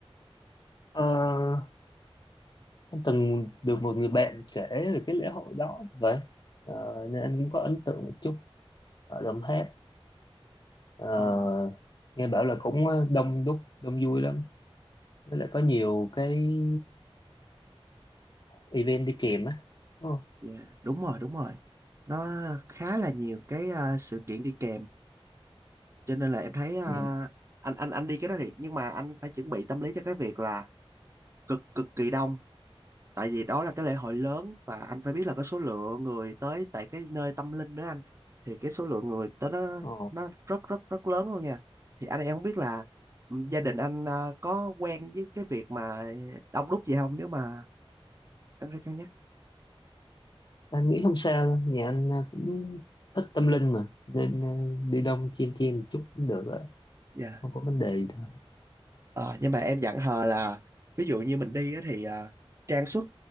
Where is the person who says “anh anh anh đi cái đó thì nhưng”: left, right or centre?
Right